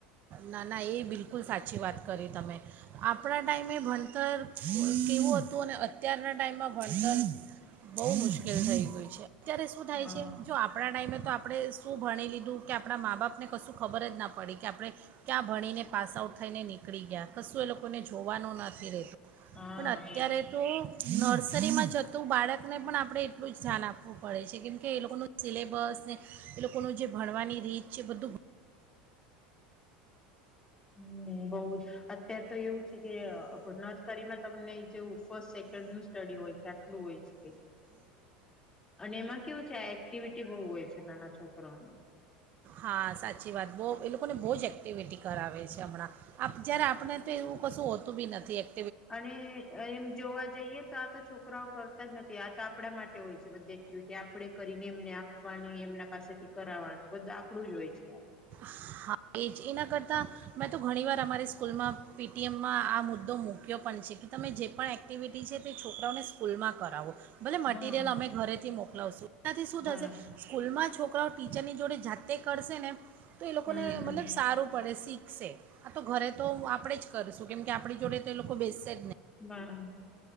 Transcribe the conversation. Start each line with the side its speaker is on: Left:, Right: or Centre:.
Right: ના ના એ બિલકુલ સાચી વાત કરી તમે આપણા ટાઈમે ભણતર કેવું હતું અને અત્યારના ટાઈમમાં ભણતર બઉ
Left: હમ
Right: મુશ્કેલ થઈ ગય છે અત્યારે શું થાય
Left: હા
Right: છે જો આપણા ટાઈમે તો આપણે શું ભણી લીધું કે આપણા મા બાપને કશું ખબર જ ના પડે કે આપણે ક્યાં ભણીને પાસઆઉટ થઈને નીકળી ગયા કશું એ લોકોને જોવાનું નથી રહે
Left: હા
Right: પણ અત્યારે
Left: એજ
Right: તો નર્સરીમાં જતું બાળકને પણ આપણે એટલું જ ધ્યાન આપવું પડે છે કેમ કે એ લોકોનું સિલેબસ ને એ લોકોનું જે ભણવાની રીત છે બધું
Left: હમ બઉ જ અત્યાર તો એવું છે કે નર્સરીમાં તમને જેવું ફર્સ્ટ સેકન્ડ નું સ્ટડી હોય છે આટલું હોય છે કઈક અને એમાં કેવું છે આ એક્ટિવિટી બહુ હોય છે નાના છોકરાઓને.
Right: હા સાચી વાત બહુ એ લોકોને બહુ જ એક્ટિવિટી કરાવે છે હમણાં જ્યારે આપણે તો એવું કશું હોતું બી નથી એક
Left: અને એમ જોવા જઈએ તો આ તો છોકરાઓ કરતા જ નથી આ તો આપણા માટે હોય છે બધ તે આપડે કરીને એમને આપવાની એમના પાસેથી કરાવવાનું બધું આપડું જ હોય છે.
Right: હા એ જ એના કરતાં મેં તો ઘણીવાર અમારી સ્કૂલમાં પીટીએમમાં આ મુદ્દો મૂક્યો પણ છે કે તમે જે પણ એક્ટિવિટી છે તે છોકરાઓને સ્કૂલમાં કરાવો ભલે મટિરિયલ
Left: હા
Right: અમે ઘરેથી મોક સુ થી શું
Left: બરાબર
Right: થશે સ્કૂલ માં છ છોકરાઓ ટીચરની જોડે જાતે કરશે ને તો એ લોકોને
Left: હમ હમ
Right: મતલબ સારું પડે શીખ આ તો ઘરે તો હું આપણેે જ કરશું કેમ કે આપણી જોડે તો એ લોકો બેસે જ નહીં
Left: બાર હજાર